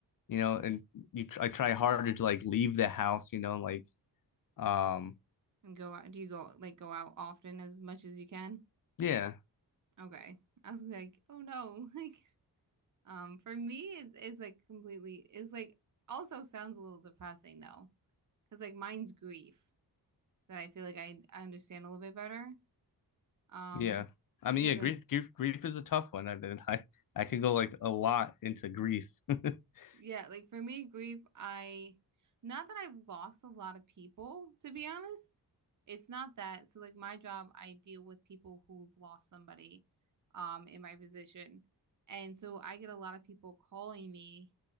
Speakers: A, on the left; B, on the right.
A: you know, and you, tr- I try harder to like leave the house, you know, like, um,
B: And go out. Do you go like go out often as much as you can?
A: yeah,
B: Okay. I was like, oh no. <laughs> Like, um, for me, it's, it's like completely, it's like also sounds a little depressing though. Cause like mine's grief that I feel like I, I understand a little bit better. Um,
A: Yeah. I
B: because
A: mean, yeah, grief,
B: of,
A: grief, grief is a tough one. I mean, I, I could go like a lot into grief. <laughs>
B: Yeah, like for me, grief, I not that I've lost a lot of people, to be honest. It's not that. So like my job, I deal with people who've lost somebody um in my position. And so I get a lot of people calling me